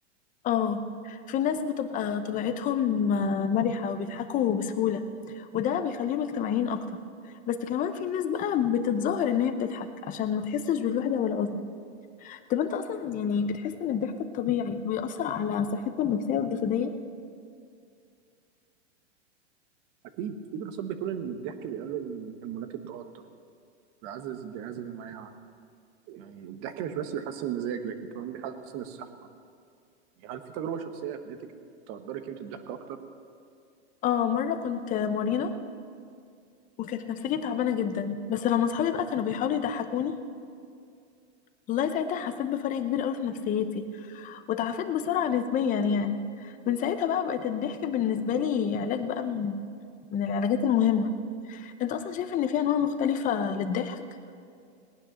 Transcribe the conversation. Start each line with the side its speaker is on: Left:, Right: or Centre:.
Left: اه في ناس بتبقى طبيعتهم آه، مرحة وبيضحكوا بسهولة وده بيخليهم اجتماعيين اكتر بس كمان في ناس بقى بتتظاهر ان هي بتضحك عشان ما تحسش بالوحدة والعزلة طب انت اصلا يعني بتحس ان الضحك الطبيعي بيأثر على صحتنا النفسية والجسدية
Right: أكيد في دراسات بتقول إن الضحك بيقلل من هرمونات التوتر بيعزز الجهاز المناعة يعني الضحك مش بس بيحسن المزاج لكن كمان بيحسن الصحة يعني هل في تجربة شخصية خلتك تقدري قيمة الضحك أكتر؟
Left: اه مرة كنت مريضة وكانت نفسيتي تعبانة جدا بس لما صحابي بقى كانوا بيحاولوا يضحكوني والله ساعتها حسيت بفرق كبير قوي في نفسيتي وتعافيت بسرعة نسبيا يعني من ساعتها بقى بقت الضحك بالنسبة لي علاج بقى من من العلاجات المهمة انت اصلا شايف ان في انواع مختلفة للضحك